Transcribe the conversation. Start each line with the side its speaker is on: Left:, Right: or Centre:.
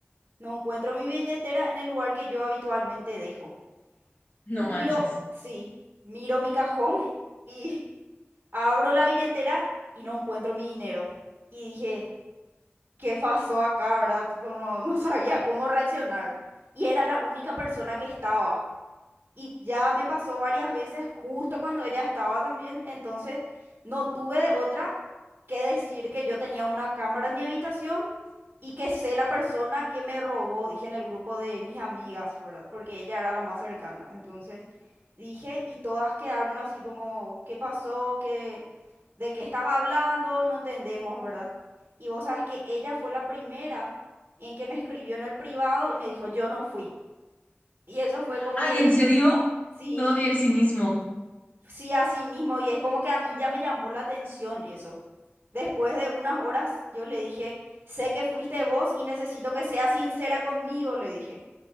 Right: No encuentro mi billetera en el lugar que yo habitualmente dejo. Miro,
Left: No manches.
Right: sí, miro mi cajón <laughs> y abro la billetera y no encuentro mi dinero. Y dije, ¿qué pasó acá, verdad? Tipo, no, no <laughs> sabía cómo reaccionar. Y era la única persona que estaba. Y ya me pasó varias veces justo cuando ella estaba también. Entonces no tuve de otra que decir que yo tenía una cámara en mi habitación y que sé la persona que me robó, dije en el grupo de mis amigas, ¿verdad? Porque ella era la más cercana. Entonces dije y todas quedaron así como, ¿qué pasó? ¿Qué, de qué estás hablando? No entendemos, ¿verdad? Y vos sabes que ella fue la primera en que me escribió en el privado y me dijo, yo no fui. Y eso fue como
Left: Ay,
Right: que,
Left: ¿en serio?
Right: sí.
Left: Todavía el cinismo.
Right: Sí, así mismo, y es como que a mí ya me llamó la atención eso. Después de unas horas, yo le dije, sé que fuiste vos y necesito que seas sincera conmigo, le dije.